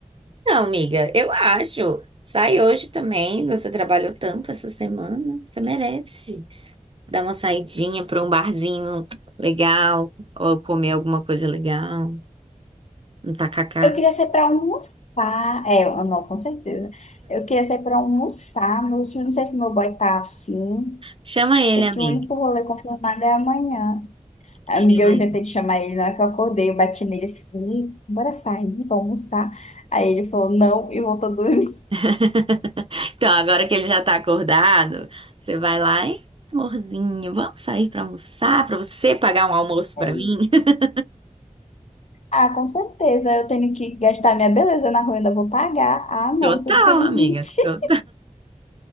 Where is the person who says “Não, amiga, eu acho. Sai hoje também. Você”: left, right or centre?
Right